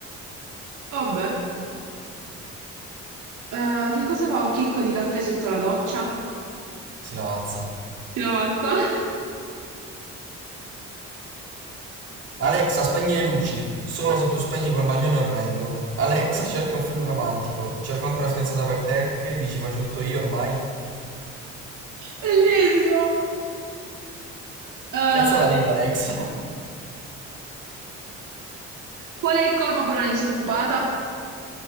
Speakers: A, on the right; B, on the right.
A: Vabbè. Eh, che cosa fa un chicco di caffè sotto la doccia?
B: Si lavazza.
A: Si lavazza. <laughs>
B: Alexa, spegni le luci. Solo se tu spegni quel maglione orrendo. Alexa, cerca un film romantico. Cerco ancora una fidanzata per te? Che dici, faccio tutto io ormai?
A: Bellissimo. Eh,
B: Cazzata nera, Alexa.
A: qual è il colmo per una disoccupata?